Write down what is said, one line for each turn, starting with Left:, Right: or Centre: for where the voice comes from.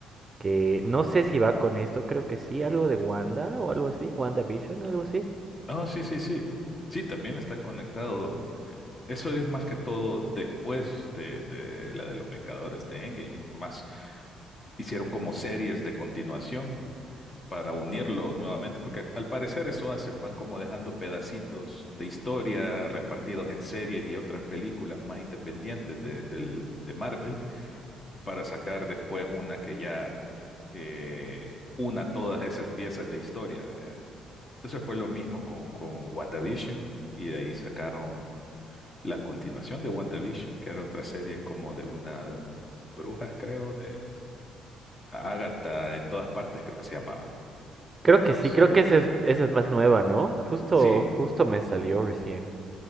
Right: que no sé si va con esto, creo que sí, algo de Wanda o algo así, WandaVision, algo así.
Left: Oh, sí, sí, sí. Sí, también está conectado. eh, Eso es más que todo después de, de la de los Vengadores de Endgame, que más hicieron como series de continuación para unirlo nuevamente, porque al parecer eso hacen, van como dejando pedacitos de historia repartidos en series y otras películas más independientes de, del- de Marvel para sacar después una que ya eh, una todas esas piezas de historia, ¿verdad? Entonces fue lo mismo con, con WandaVision y de ahí sacaron la continuación de WandaVision, que era otra serie como de unas brujas, creo, de Agatha en todas partes, creo que se llamaba.
Right: Creo
Left: Entonces...
Right: que sí, creo que esa es, esa es más nueva, ¿no? Justo,
Left: Sí,
Right: justo me salió recién.